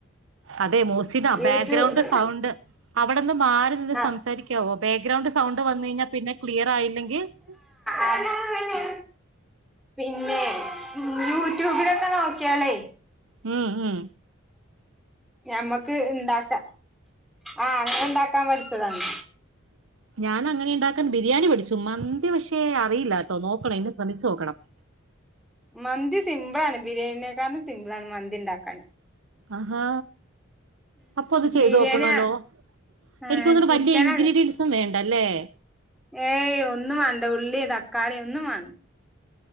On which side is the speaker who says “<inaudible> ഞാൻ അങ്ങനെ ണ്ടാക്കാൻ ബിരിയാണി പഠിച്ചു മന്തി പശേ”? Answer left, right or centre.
Right